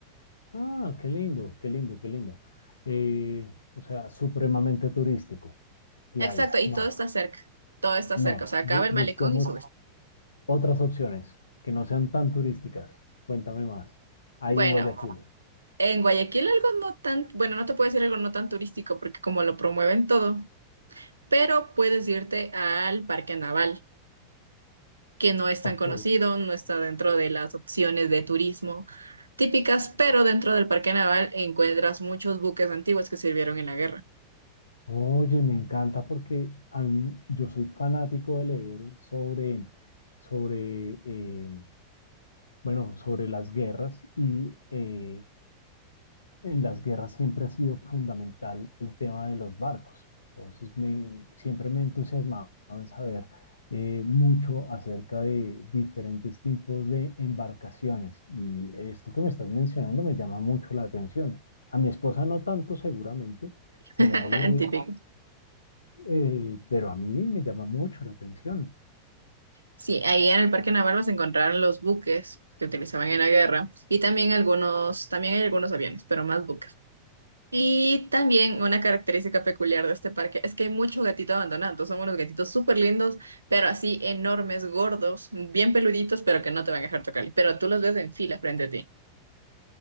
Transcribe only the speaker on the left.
Ah, qué lindo, qué lindo, qué lindo. Eh, o sea, supremamente turístico. Gladys,
no,
no.
Bu-
busquemos
otras opciones que no sean tan turísticas. Cuéntame más. Ahí
en Guayaquil.
Ok.
Oye, me encanta porque a mí- yo soy fanático de leer sobre, sobre, eh, bueno, sobre las guerras y eh, en las guerras siempre ha sido fundamental el tema de los barcos. Entonces, me- siempre me he entusiasmado en saber eh, mucho acerca de diferentes tipos de embarcaciones y esto que me estás mencionando me llama mucho la atención. A mi esposa no tanto, seguramente, se
va a aburrir
eh, pero a mí me llama mucho la atención.